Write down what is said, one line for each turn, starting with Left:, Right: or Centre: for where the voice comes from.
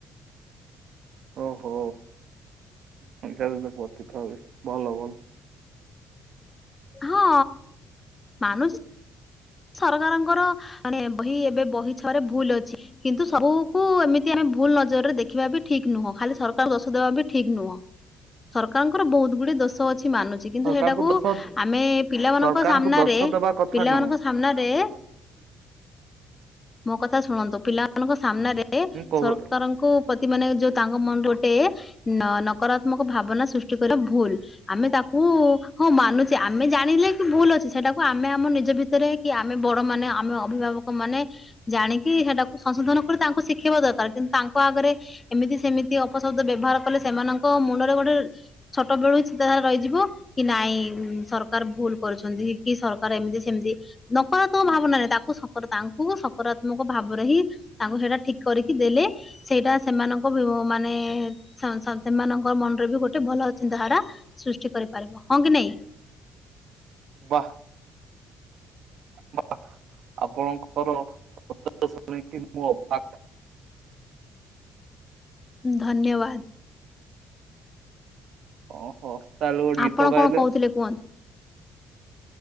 Right: ଓହୋ। <unintelligible> ଭଲ ଭଲ।
Left: ହଁ ମାନୁଚି ସରକାରଙ୍କର ମାନେ ବହି ଏବେ ବହି ଛଆରେ ଭୁଲ ଅଛି କିନ୍ତୁ ସବୁକୁ ଏମିତି ଆମେ ଭୁଲ ନଜରରେ ଦେଖିବା ବି ଠିକ ନୁହଁ। ଖାଲି ସରକାର ଦୋଷ ଦେବା ବି ଠିକ୍ ନୁହଁ। ସରକାରଙ୍କର ବହୁତ ଗୁଡେ ଦୋଷ ଅ ଅଛି ମାନୁଛି କିନ୍ତୁ
Right: ସରକାରଙ୍କୁ
Left: ସେଟାକୁ
Right: ଦୋଷ
Left: ଆମେ ପିଲାମାନଙ୍କ
Right: ସରକାରଙ୍କୁ
Left: ସାମ୍ନାରେ
Right: ଦୋଷ ଦେବା କଥା
Left: ପିଲାମାନଙ୍କ
Right: ନୁହଁ।
Left: ମୋ କଥା ଶୁଣନ୍ତୁ ପିଲାମାନଙ୍କ ସାମ୍ନ ାରେ
Right: ମୁଁ କହୁ
Left: ସରକାରଙ୍କୁ ପ୍ରତି ମାନେ ଯୋଉ ତାଙ୍କ ଗୋଟେ ନତ୍ମକ ଭାବନା ସୃଷ୍ଟି କରିବା ଭୁଲ ଆମେ ତାକୁ ମାନୁଛି ଆମେ ଜାଣିଲେ କି ଭୁଲ ଅଛି ସେଟାକୁ ଆମେ ଆମ ନିଜ ଭିତ ଭିତ କି ଆମେ ବଡ ମାନେ ଆମେ ଅଭିଭାବକ ମାନେ ଜାଣିକି ସେଟାକୁ ସଂଶୋଧନ କରି ତାଙ୍କୁ ଶିକ୍ଷେଇବା ଦରକାର। କିନ୍ତୁ ତାଙ୍କ ଆଗରେ ଏମିତି ସେମିତି ଅପସବ୍ଦ ବ୍ୟବହାର କଲେ ସେମାନଙ୍କ ମୁଣ୍ଡରେ ଗୋଟେ ଛୋଟବେଳୁ ଚିନ୍ତାଧାର ରହିଯିବ କିନାଇଁ ସରକାର ଭୁଲ କରୁଛନ୍ତି କି ସରକାର ଏମିତି ସେମିତି। ନକାତ୍ମକ ଭାବ ନ ନହିଁ ତାକୁ ସ ତାଙ୍କୁ ସକାରାତ୍ମକ ଭାବରେ ହିଁ ତାଙ୍କୁ ସେଇଟା ଠିକ କରିକି। ଦେଲେ ସେଇଟା ସେମାନଙ୍କ ମାନେ ସେମାନଙ୍କ ମନରେ ବି ଗୋଟେ ଭଲ ଚିନ୍ତା। ଧାରା ସୃଷ୍ଟି କରିପାରିବ ହଁ କି ନାଇଁ।
Right: ବାା ବା ଆପଣଙ୍କର ଉତ୍ତର ଶୁଣିକି ମୁଁ ଅବାକ୍।
Left: ଧନ୍ୟବାଦ।
Right: ଓସ୍ତା ହେଲେ ଗୋଟେ ଗୀତ
Left: ଆପଣ
Right: ଗାଇଲେ।
Left: କଣ କହୁଥିଲେ କୁହନ୍ତୁ